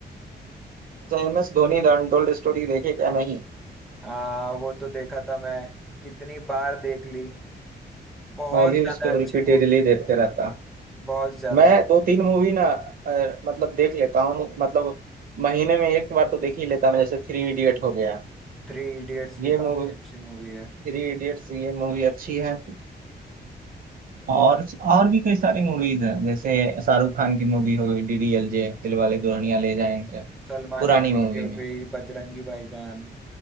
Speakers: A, on the right; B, in the centre.
A: अच्छा एम एस Dhoni the untold story देखे क्या नहीं
B: आ, वो तो देखा था मैं कितनी बार देख ली बहुत
A: मैं भी
B: ज्यादा
A: उसको
B: अच्छी
A: रिपीटेडली
B: मूवी
A: देखते रहता
B: बहुत ज्यादा
A: मैं दो तीन मूवी ना अ, मतलब देख लेता हूँ मतलब महीने में एक बार तो देख ही लेता मैं जैसे थ्री इडियट हो गया
B: थ्री इडियट्स
A: ये
B: भी काफी
A: थ्री
B: अच्छी मूवी है
A: इडियट्स ये मूवी अच्छी है
B: बहुत
A: और और भी कई सारी मूवीज हैं जैसे शाहरुख खान की मूवी हो गई डीडीएलजे दिल वाले दुल्हनिया ले जाएंगे
B: सलमान
A: पुरानी
B: खान
A: मूवी
B: की हो
A: में
B: गई बजरंगी भाईजान